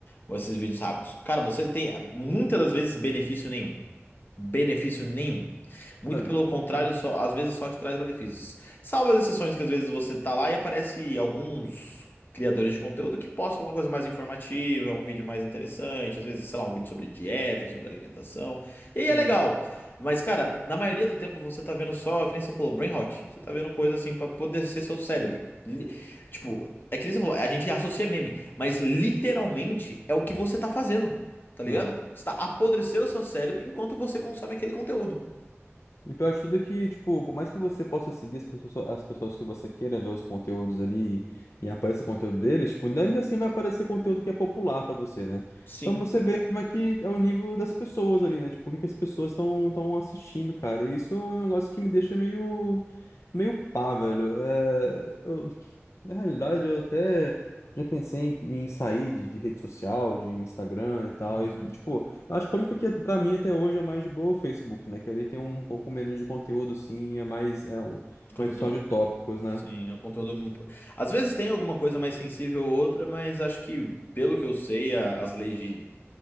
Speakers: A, on the left; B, on the left.
A: ou esses vídeos rápidos, cara, você tem muitas das vezes benefício nenhum benefício nenhum. Muito
B: Né?
A: pelo contrário,
B: Uhum.
A: só, às vezes só te traz malefícios. Salvo as exceções que às vezes você tá lá e aparece alguns criadores de conteúdo que postam uma coisa mais informativa, um vídeo mais interessante, às vezes, sei lá, um vídeo sobre dieta, sobre alimentação. E aí
B: Uhum.
A: é legal. Mas, cara, na maioria do tempo você tá vendo só, que nem você falou, brain rot. Você tá vendo coisa assim pra apodrecer seu cérebro. Li- Tipo, é que nem você falou, a gente associa meme, mas literalmente é o que você tá fazendo. Tá ligado?
B: Né?
A: Você tá apodrecendo o seu cérebro enquanto você consome aquele conteúdo.
B: E pior de tudo é que, tipo, por mais que você possa seguir as pessoas, as pessoas que você queira ver os conteúdos ali e apareça conteúdo deles, tipo, ainda ainda assim vai aparecer conteúdo que é popular pra você, né?
A: Sim.
B: Então você vê como é que é o nível das pessoas ali, né? Tipo, o que que as pessoas estão estão assistindo, cara. E isso é um negócio que me deixa meio meio pá, velho. É, eu Na realidade, eu até já pensei em, em sair de, de rede social, de Instagram e tal.
A: Uhum.
B: E, tipo, eu acho que a única que pra mim até hoje é mais de boa é o Facebook, né? Que ali tem um pouco menos de conteúdo, sim e é mais, é um,
A: Conteúdo.
B: uma rede social de tópicos, né?
A: Sim, é o conteúdo. Às vezes tem alguma coisa mais sensível ou outra, mas acho que, pelo que eu sei, a- as leis de,